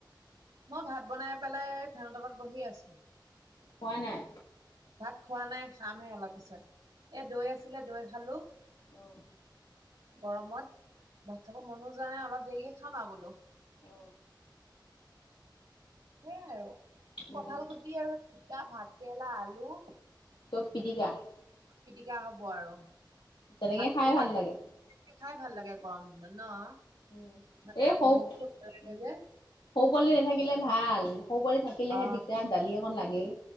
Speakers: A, on the right (about 85°); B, on the left (about 75°).
A: মই ভাত বনাই পেলাই ফেনতলত বহি আছো।
B: খোৱা নাই।
A: ভাত খোৱা নাই খামহে অলপ পিছত। এ দৈ আছিলে দৈ খালো।
B: অহ।
A: গৰমত ভাত খাব মনো যোৱা নাই। অলপ দেৰিকে খাম আৰু বোলো।
B: অ
A: সেইয়াই আৰু
B: উম
A: কঠাল গুটি আৰু জিকা, ভাত কেৰেলা, আলু,
B: সৱ পিটীকা।
A: পিটিকা হ'ব আৰু
B: তেনেকেই
A: ভাতটো
B: খাই ভাল
A: পানী
B: লাগে।
A: খাই ভাল লাগে গৰম দিনত ন।
B: উম,
A: মানে
B: এই সৰু,
A: ভোকতো নালাগে
B: উম,
A: যে
B: সৰু পোৱালী নেথাকিলে ভাল। সৰু পোৱালী থাকিলেহে
A: অ
B: দিগদাৰ দালি অকণ লাগেই।